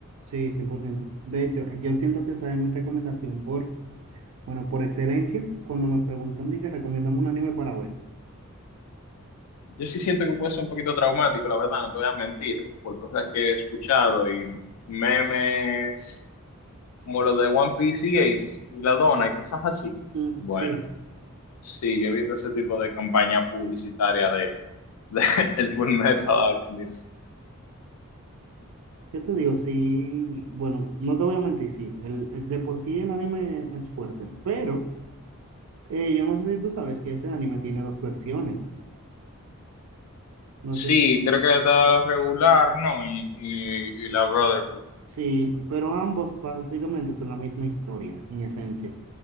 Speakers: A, on the right; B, on the left.
A: Sí, cien por ciento De hecho, yo siento que esa es mi recomendación por, bueno, por excelencia, cuando me preguntan de que recomendamos un anime para ver.
B: Yo sí siento que puede ser un poquito traumático, la verdad, no te voy a mentir, por cosas que he escuchado y memes como los de One Piece y Ace y la dona y cosas así.
A: Mm,
B: Bueno,
A: Sí,
B: sí, yo he visto ese tipo de campaña publicitaria de, de <laughs> el Fullmetal Alchemist.
A: Yo te digo, sí, bueno, no te voy a mentir, sí, el, el- de por sí el anime es fuerte, pero eh, yo no sé si tú sabes que ese anime tiene dos versiones, no
B: Sí,
A: sé si,
B: creo que está regular, ¿no? Y, y, y la Brotherhood.
A: sí, pero ambos básicamente son la misma historia, en esencia.